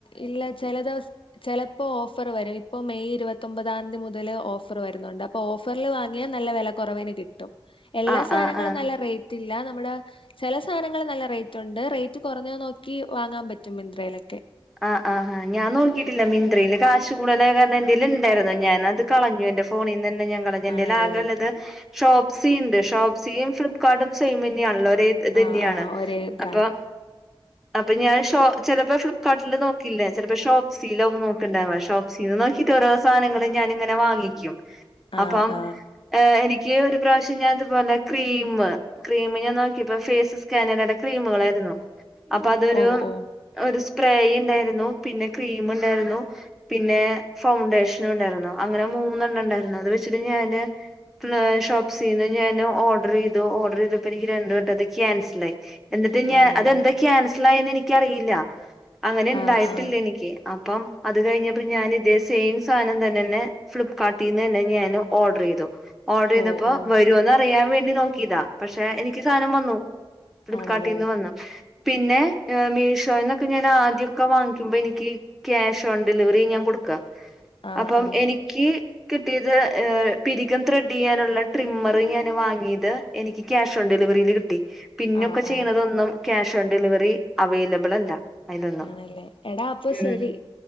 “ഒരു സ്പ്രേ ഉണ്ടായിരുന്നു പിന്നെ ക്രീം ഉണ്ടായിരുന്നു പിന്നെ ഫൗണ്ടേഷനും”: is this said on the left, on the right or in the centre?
Centre